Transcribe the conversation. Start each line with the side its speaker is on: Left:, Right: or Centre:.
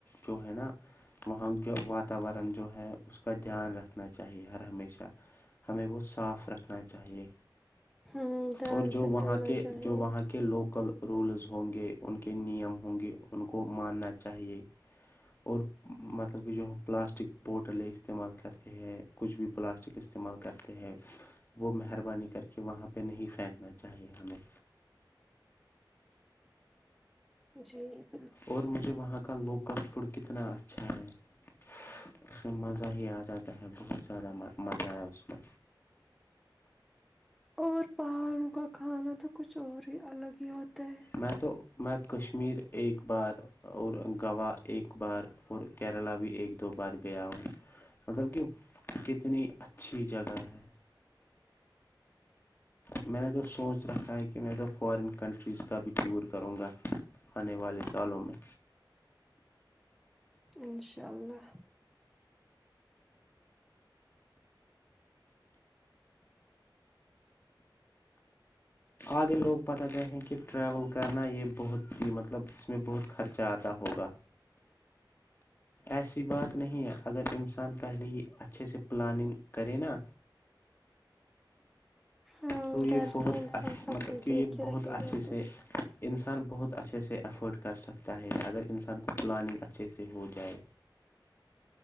Left: جو ہے نا وہاں کے واتاورن جو ہے اس کا دھیان رکھ رکھنا چاہیے ہر ہمیشہ ہمیں وہ صاف رکھنا چاہیے
Centre: ہاں دھیان
Left: اور جو
Centre: سے
Left: وہاں
Centre: چلنا
Left: کے
Centre: چاہے
Left: جو وہاں کے لوکل رولز ہوں گے ان کے نیم ہوں گے ان کو ماننا چاہیے اور مطلب کہ جو ہم پلاسٹک بوٹلیں استعمال کرتے ہیں کچھ بھی پلاسٹک استعمال کرتے ہیں وہ مہربانی کر کے وہاں پہ نہیں پھینکنا چاہیے ہمیں
Centre: جی بالکل
Left: اور مجھے وہاں کا لوکل فوڈ کتنا اچھا ہے اس میں مزہ ہی آ جاتا ہے بہت زیادہ مزہ ہے اس میں
Centre: اور پہاڑوں کا کھانا تو کچھ اور ہی الگ ہی ہوتا ہے
Left: میں تو میں کشمیر ایک بار اور گوا ایک بار اور کیرلا بھی ایک دو بار گیا ہوں مطلب کہ کتنی اچھی جگہ ہے میں نے تو سوچ رکھا ہے کہ میں تو فارن کنٹریز کبھی ٹور کروں گا آنے والے سالوں میں
Centre: انشاء اللہ
Left: آدھے لوگ بتا گئے ہیں کہ ٹریول کرنا یہ بہت ہی مطلب اس میں بہت خرچہ آتا ہوگا ایسی بات نہیں ہے اگر انسان پہلے ہی اچھے سے پلاننگ کرے نا
Centre: ہاں
Left: تو یہ
Centre: گھر
Left: بہت
Centre: سے انسان
Left: ا
Centre: سب
Left: مطلب
Centre: کچھ
Left: کہ
Centre: دیکھ
Left: یہ
Centre: کے
Left: بہت
Centre: رکھے
Left: اچھے
Centre: گا تو
Left: سے انسان بہت اچھے سے افورڈ کر سکتا ہے اگر انسان کو پلاننگ اچھے سے ہو جائے